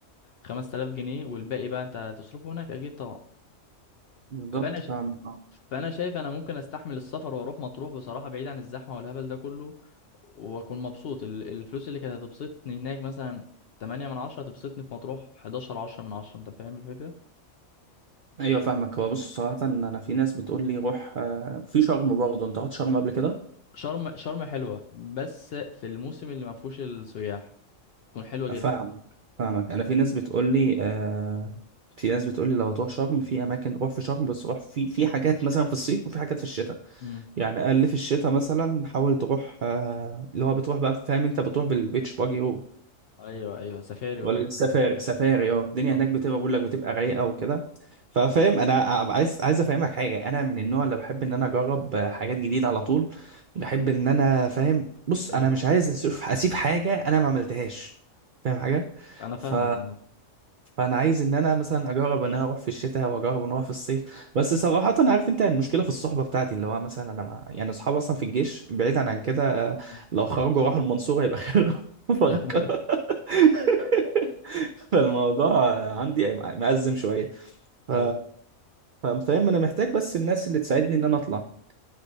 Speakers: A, on the left (about 60°); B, on the right (about 70°).
A: خمس تلاف جنيه والباقي بقى انت هتصرفه هناك اكيد طبعا
B: بالظبط
A: فانا
B: فاهمك اه
A: فانا شايف انا ممكن استحمل السفر واروح مطروح بصراحه بعيد عن الزحمه والهبل ده كله واكون مبسوط ال- الفلوس اللي كانت هتبسطني هناك مثلا 8 من 10 هتبسطني في مطروح 11 10 من 10 انت فاهم الفكره
B: ايوه فاهمك هو بص صراحة انا في ناس بتقول لي روح آه، في شرم برضه انت رحت شرم قبل كده
A: شرم شرم حلوه بس في الموسم اللي ما فيهوش السياح تكون حلوه جدا
B: فاهمك فاهمك انا في ناس بتقول لي آه، في ناس بتقول لي لو تروح شرم في اماكن تروح في شرم بس روح في في حاجات مثلا في الصيف وفي حاجات في الشتاء
A: امم
B: يعني اقل في الشتاء مثلا حاول تروح آه، اللي هو بتروح بقى فاهم انت بتروح بالبيتش باجي
A: ايوه ايوه سفاري وحاجات
B: والسفاري
A: زي كده
B: سفاري اه الدنيا
A: اه
B: هناك بتبقى بقول لك بتبقى رايقه وكده ففاهم
A: مم.
B: انا عايز عايز افهمك حاجه انا من النوع اللي بحب ان انا اجرب حاجات جديده على طول بحب ان انا فاهم بص انا
A: ايوه
B: مش عايز اسيب أسيب حاجه انا ما عملتهاش فاهم حاجه
A: انا فاهمك
B: ف
A: عامه
B: فانا عايز ان انا مثلا اجرب ان انا اروح في الشتاء واجرب ان اروح في الصيف بس صراحه انا عارف انت المشكله في الصحبه بتاعتي اللي هو مثلا انا مع... يعني اصحابي اصلا في الجيش بعيدا عن كده آه،
A: مم.
B: لو خرجوا راحوا المنصوره يبقى <laughs> خير بفكر
A: <laughs>
B: <laughs> فالموضوع عندي مأزم شوية ف...
A: ايوه
B: ف- فاهم أنا محتاج بس الناس اللي تساعدني إن أنا أطلع